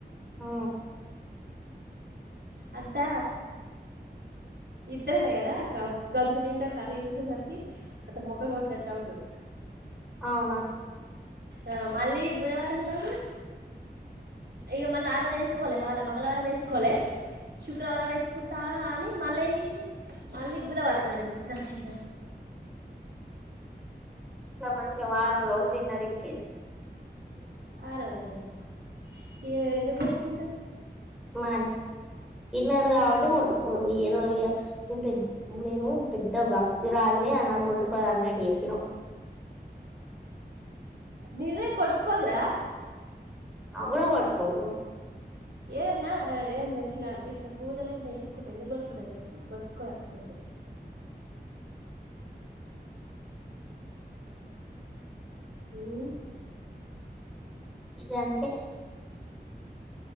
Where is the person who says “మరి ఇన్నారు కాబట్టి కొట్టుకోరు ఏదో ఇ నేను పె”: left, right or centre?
Centre